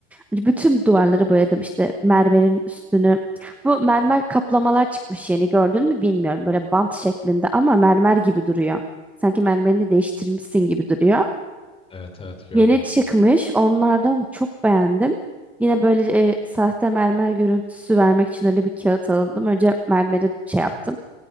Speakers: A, in the centre; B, on the left.
A: Bütün duvarları boyadım işte mermerin üstünü. Bu mermer kaplamalar çıkmış yeni gördün mü bilmiyorum böyle bant şeklinde ama mermer gibi duruyor. Sanki mermerini
B: Hmm.
A: değiştirmişsin gibi duruyor.
B: Evet evet gördüm.
A: Yeni çıkmış onlardan çok beğendim. Yine böyle e, sahte mermer görüntüsü vermek için öyle bir kağıt aldım. Önce mermere şey yaptım.